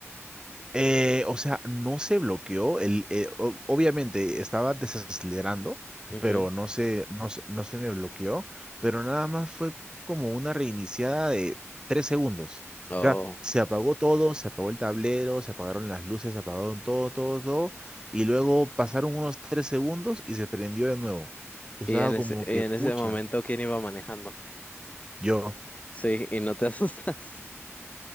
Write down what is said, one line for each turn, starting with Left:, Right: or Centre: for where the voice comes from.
Right: eh, o sea, no se bloqueó. El, eh, o- obviamente estaba desacelerando,
Left: Ujú.
Right: pero no se, no, se- no se me bloqueó. Pero nada más fue como una reiniciada de tres segundos.
Left: Oh.
Right: O sea, se apagó todo, se apagó el tablero, se apagaron las luces, se apagaron todo, todo, todo. Y luego pasaron unos tres segundos y se prendió de nuevo. Yo
Left: Y
Right: estaba
Left: en ese,
Right: como
Left: y
Right: que,
Left: en ese
Right: pucha.
Left: momento, ¿quién iba manejando?
Right: Yo,
Left: Sí, y no te <laughs> asustas.